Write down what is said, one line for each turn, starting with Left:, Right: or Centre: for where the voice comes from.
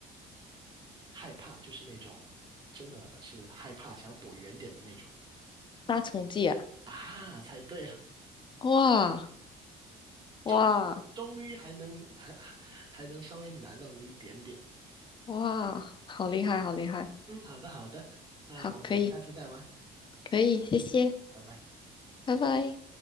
Right: 害怕就是那种真的是害怕想躲远点的那种
Left: 杀虫剂啊，
Right: 啊，猜对了，
Left: 哇哇
Right: 终终于还能还还能稍微难到你一点点。
Left: 哇！好厉害，好厉害，
Right: 嗯，好的好的，那我们下次再玩，
Left: 好，可以，可以，谢谢，
Right: 拜拜。
Left: 拜拜。